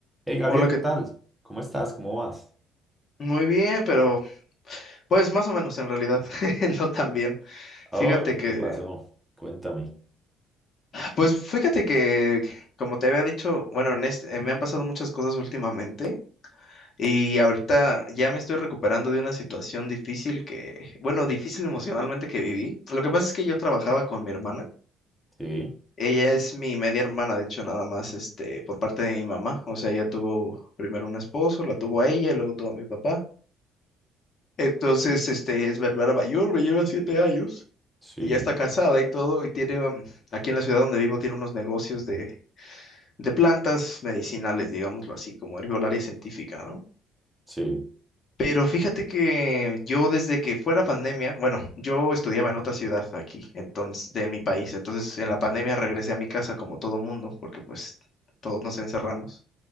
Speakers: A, in the centre; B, on the left.
A: Hey Gabriel,
B: Hola, que
A: ¿qué tal? ¿Cómo estás? ¿Cómo vas?
B: muy bien, pero pues más o menos en realidad, <laughs> no tan bien. Fíjate
A: Oh, ¿qué
B: que,
A: te pasó? Cuéntame.
B: pues fíjate que, como te había dicho, bueno, en este, me han pasado muchas cosas últimamente y ahorita ya me estoy recuperando de una situación difícil que, bueno, difícil emocionalmente que viví. Lo que pasa es que yo trabajaba con mi hermana.
A: Sí,
B: Ella es mi media hermana, de hecho, nada más, este, por parte de mi mamá. O sea, ella tuvo primero un esposo, la tuvo a ella y luego tuvo a mi papá. Entonces, este, es Berbera mayor, me lleva siete años.
A: sí,
B: y ya está casada y todo, y tiene, um, aquí en la ciudad donde vivo, tiene unos negocios de, de plantas medicinales, digámoslo así, como herbolaria científica, ¿no?
A: sí,
B: Pero fíjate que yo desde que fue la pandemia, bueno, yo estudiaba en otra ciudad aquí, entonces, de mi país, entonces en la pandemia regresé a mi casa como todo mundo, porque pues todos nos encerramos.